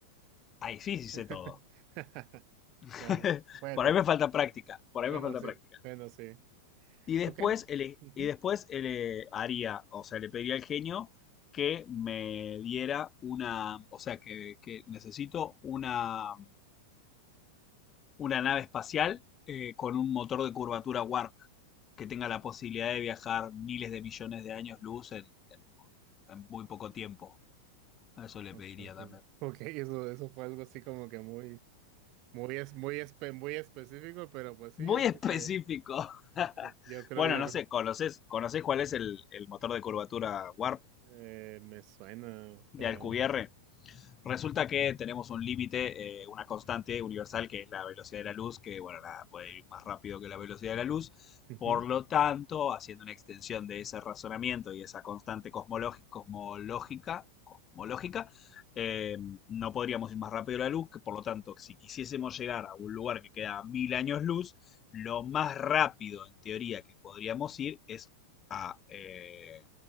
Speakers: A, on the left (about 20°); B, on the right (about 40°).
A: ahí sí, sí sé
B: <laughs>
A: todo. <laughs>
B: Bueno, bueno,
A: Por ahí me falta práctica, por ahí
B: bueno,
A: me falta
B: sí,
A: práctica.
B: bueno, sí.
A: Y después,
B: Ok.
A: ele-
B: ujú,
A: y después ele- haría, o sea, le pediría al genio que me diera una, o sea, que, que necesito una, una nave espacial eh, con un motor de curvatura warp, que tenga la posibilidad de viajar miles de millones de años luz en, en en muy poco tiempo. Eso le
B: Ok,
A: pediría
B: ok,
A: también.
B: ok, eso, eso fue algo así como que muy, muy, es, muy, espe- muy específico, pero pues sí,
A: Muy
B: yo
A: específico.
B: creo que,
A: <laughs>
B: yo yo creo,
A: bueno,
B: yo
A: no
B: creo,
A: sé, ¿conoces, ¿conocés cuál es el, el motor de curvatura Warp
B: eh, me suena,
A: de
B: pero,
A: Alcubierre? Resulta que tenemos un límite, eh, una constante universal que es la velocidad de la luz, que bueno, nada, puede ir más rápido que la velocidad de la luz.
B: ujú,
A: Por lo tanto, haciendo una extensión de ese razonamiento y esa constante cosmológica, cosmológica, eh, no podríamos ir más rápido que la luz, que por lo tanto, si quisiésemos llegar a un lugar que queda a mil años luz, lo más rápido en teoría que podríamos ir es a, eh,